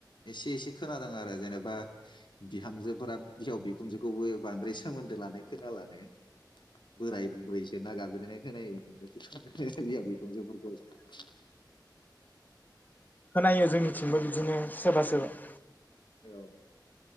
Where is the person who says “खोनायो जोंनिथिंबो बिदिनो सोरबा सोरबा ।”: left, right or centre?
Left